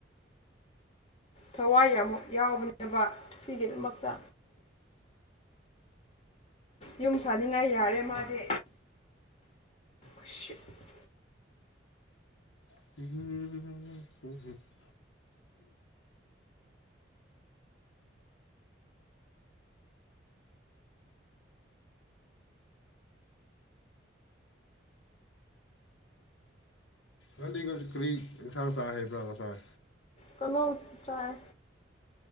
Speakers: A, on the left; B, on the left.
A: ꯊꯋꯥꯏ ꯌꯥꯝꯃꯨꯛ ꯌꯥꯎꯕꯅꯦꯕ ꯁꯤꯒꯤꯗꯃꯛꯇ ꯌꯨꯝ ꯁꯥꯅꯤꯡꯉꯥꯏ ꯌꯥꯔꯦ ꯃꯥꯗꯤ꯫ <unintelligible> <inaudible>
B: <unintelligible> ꯅꯪꯗꯤ ꯀꯔꯤ ꯏꯟꯁꯥꯡ ꯆꯥꯏ ꯍꯥꯏꯦꯕ꯭ꯔꯥ ꯉꯁꯥꯏ
A: ꯀꯡꯍꯧ ꯆꯥꯏ